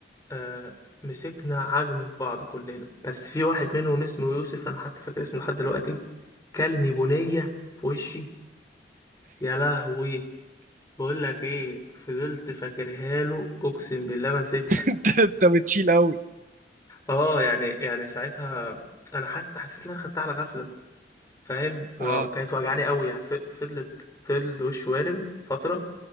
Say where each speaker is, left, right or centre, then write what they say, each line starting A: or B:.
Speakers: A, on the left; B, on the right.
A: آه مسكنا عجن في بعض كلنا بس في واحد منهم اسمه يوسف انا حتى فاكر اسمه لحد دلوقتي كلني بنيه في وشي يا لهوي بقول لك ايه فضلت فاكرها له اقسم بالله ما نسيتها
B: انت أنت بتشيل قوي
A: اه يعني يعني ساعتها انا حاسس حسيت ان انا خدتها على غفله فاهم و-
B: اه
A: وكانت وجعاني قوي يعني ف- فضلت فضل وشي وارم فتره